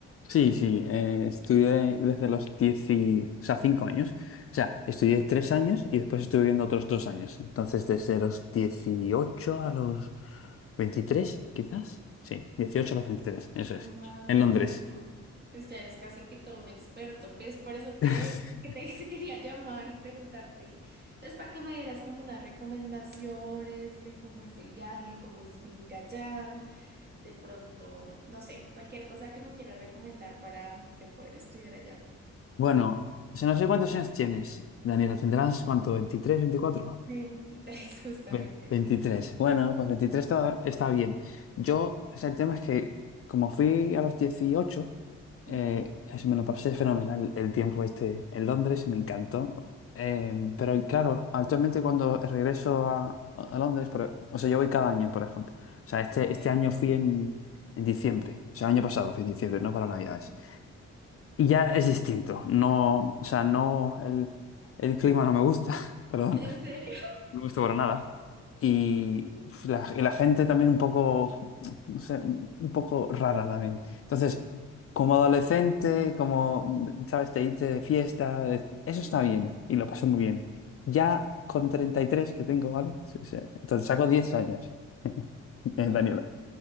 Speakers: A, on the left; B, on the right.
A: Sí, sí, eh, estudié desde los 10 y, o sea, 5 años. O sea, estudié 3 años y después estuve viendo otros 2 años. Entonces, desde los 18 a los 23, quizás. Sí, 18 a los veintitrés. eso es,
B: Wow,
A: en Londres.
B: no. Pues ya eres casi que todo un experto. Pues por eso te,
A: <laughs>
B: que te <laughs> quería llamar y preguntarte, pues para que me dieras como unas recomendaciones de cómo es el viaje, cómo es vivir allá, de pronto, no sé, cualquier cosa que me quieras recomendar para yo poder estudiar allá.
A: Bueno, o sea, no sé cuántos años tienes, Daniela, ¿tendrás cuánto? veintitrés, veinticuatro.
B: Veintitrés, <laughs> justamente,
A: Ve- veintitrés.
B: sí.
A: Bueno, pues 23 está, está bien. Yo, o sea, el tema es que como fui a los 18, eh,
B: Ujú,
A: es- me lo pasé fenomenal el tiempo este en Londres y me encantó. Eh, pero claro, actualmente cuando regreso a, a Londres, por- o sea, yo voy cada año, por ejemplo. O sea, este,
B: ok.
A: este año fui en, en diciembre, o sea, año pasado fui en diciembre, no para Navidades.
B: Ujú.
A: Y ya es distinto, no, o sea, no, el, el clima no me gusta, <laughs> perdón.
B: <laughs> ¿En serio?
A: No me gustó para nada. Y
B: Ujú,
A: uf, la, y la gente también un poco, no sé, un un poco rara también. Entonces, como adolescente, como, ¿sabes? Te irte de fiesta, de- eso
B: ujú,
A: está bien y lo pasé muy bien. Ya con 33 que tengo, ¿vale? Sí, sí. Entonces saco 10 años, <laughs> eh,
B: Ok.
A: Daniela.